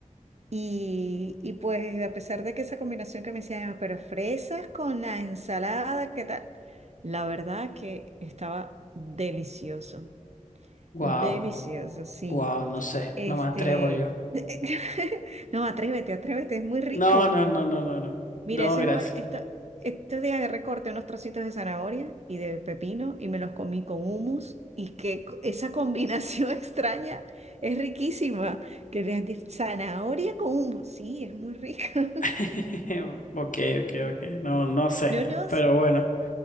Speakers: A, on the right (about 55°); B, on the left (about 80°).
A: Y, y pues a pesar de que esa combinación que me decían, "Ah, pero fresas con la ensalada, ¿qué tal? La verdad que estaba delicioso,
B: Wow,
A: delicioso, sí.
B: wow, no sé,
A: Este,
B: no me atrevo yo.
A: <laughs> no, atrévete, atrévete, es muy rico.
B: No, no, no, no, no, no.
A: Mira,
B: No,
A: eso
B: gracias.
A: es igual, esto, estos días agarré corté unos trocitos de zanahoria y de pepino y me los comí con hummus y que co- esa combinación <laughs> extraña es riquísima, que le de zanahoria con hummus, sí, es muy rica. <laughs>
B: <laughs> Ok, ok, ok. No, no sé,
A: No, no,
B: pero bueno.